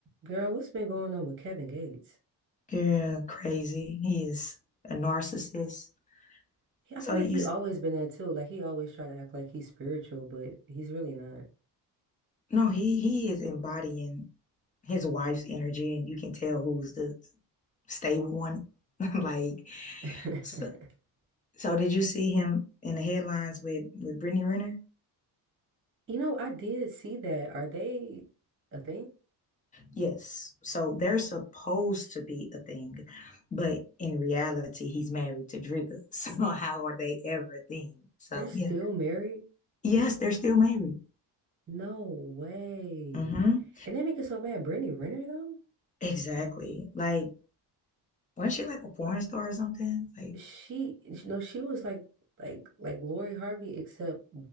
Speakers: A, on the right; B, on the left.
A: Girl, what's been going on with Kevin Gates?
B: Yeah, crazy. He is a narcissist.
A: He, I
B: So
A: feel
B: you,
A: like he
B: s-
A: always been that too. Like he always try to act like he's spiritual, but he's really not.
B: no, he he is embodying his wife's energy, and you can tell who's the stable one. <laughs> Like,
A: <laughs>
B: so, so did you see him in the headlines with with Brittany Renner?
A: You know, I did see that. Are they a thing?
B: Yes. So they're supposed to be a thing, but in reality, he's married to Driga. <laughs> So how are they ever a thing? So
A: They're still
B: yeah,
A: married?
B: yes, they're still married.
A: No way.
B: hmm
A: And they make it so bad. Brittany Renner though,
B: Exactly. Like. Wasn't she like a porn star or something? Like,
A: she, you know, she was like, like, like Lori Harvey, except